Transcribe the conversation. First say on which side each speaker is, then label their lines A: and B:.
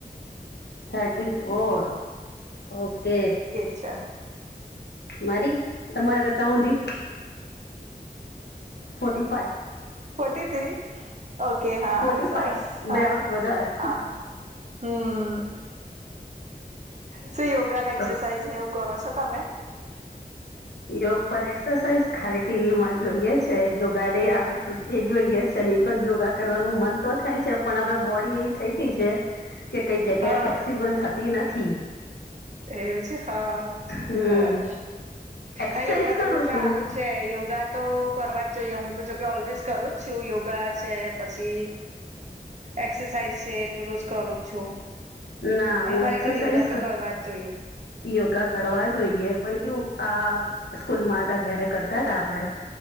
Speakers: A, on the left; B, on the right.
A: Thirty four okay.
B: અચ્છા.
A: મારી તમારી કરતા ઓડી forty five.
B: Forty three okay હા
A: ફોર્ટી
B: સરસ
A: ફાઈવ
B: હા
A: બે વર્ષ વધારે
B: હા. હમ શું યોગા ને
A: તો
B: એક્સરસાઇઝ ને એવું. કરો સો તમે.
A: યોગ પર એક્સરસાઇઝ ખાલી ટીવીમાં જોઈએ છે યોગ ઉગાડે આવે તો એ જોઈએ અને એક જ યોગા કરવાનું મન તો થાય છે. પણ હવે બોડી એવી થઈ ગઈ છે કે કઈ જગ્યાએ
B: હા
A: ફ્લેક્સિબલ થતી નથી
B: એવું છે હા
A: હમ
B: બરાબર
A: એક્સરસાઇઝ
B: આ યોગા તો
A: કરું
B: બહુ
A: છું
B: સારું છે યોગા તો કરવા જ જોઈએ હું જોકે ઓલ્વેઝ કરું જ છું યોગા છે પછી એક્સરસાઇઝ છે તો રોજ કરું જ છું
A: ના
B: અને
A: હું
B: ખરેખર
A: એક્સરસાઇઝ
B: યોગા તો કરવા જ જોઈએ.
A: યોગા કરવા જોઈએ પણ કેવું અ સ્કૂલ મા હતા ત્યારે કરતા તા આપડે